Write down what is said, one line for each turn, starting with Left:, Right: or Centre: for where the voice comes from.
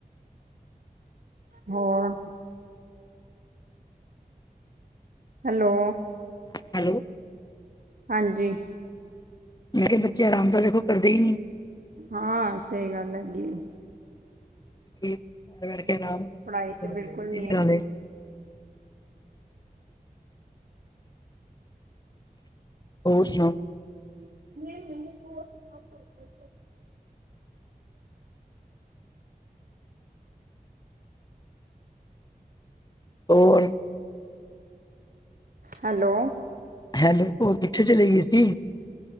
Right: ਹਾਂ ਅ ਹੈਲੋ।
Left: ਹੈਲੋ।
Right: ਹਾਂਜੀ
Left: ਮੇਰੇ ਬੱਚੇ ਆਰਾਮ ਤਾਂ ਦੇਖੋ ਕਰਦੇ ਹੀ ਨੀ।
Right: ਹਾਂ ਸਹੀ ਗੱਲ ਹੈਗੀ ਐ।
Left: <unintelligible> ਛੁੱਟੀ
Right: ਪੜ੍ਹਾਈ ਤੇ ਬਿਲਕੁਲ ਨੀ
Left: ਵੀ
Right: ਹੈਗੀ।
Left: ਨਾਲੇ ਹੋਰ ਸੁਣਾਓ?
Right: ਨਹੀਂ ਮੈਨੂੰ ਬਹੁਤ ਤੰਗ਼ ਕਰਦੇ ਆ।
Left: ਹੋਰ
Right: ਹੈਲੋ
Left: ਹੈਲੋ ਉਹ ਕਿੱਥੇ ਚਲੇ ਗਈ ਸੀ।